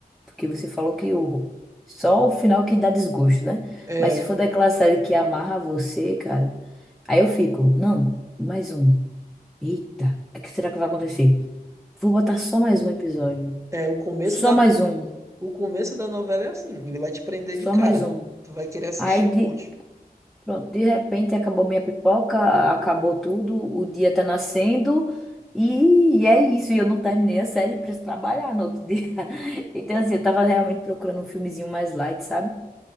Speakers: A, in the centre; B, on the right (about 20°).
A: porque você falou que o só o final que dá desgosto, né?
B: é,
A: Mas se for daquela série que amarra você, cara, aí eu fico, não, mais um. Eita, o que será que vai acontecer? Vou botar só mais um episódio.
B: é o começo
A: Só
B: da,
A: mais um.
B: O começo da novela é assim, ele vai te prender
A: Só
B: de cara.
A: mais um.
B: Tu vai querer assistir
A: Aí,
B: um
A: de,
B: monte.
A: pronto, de repente, acabou minha pipoca, acabou tudo, o dia tá nascendo. E, e é isso, e eu não terminei a série pra trabalhar no outro dia. <laughs> Então, assim, eu tava realmente procurando um filmezinho mais light, sabe?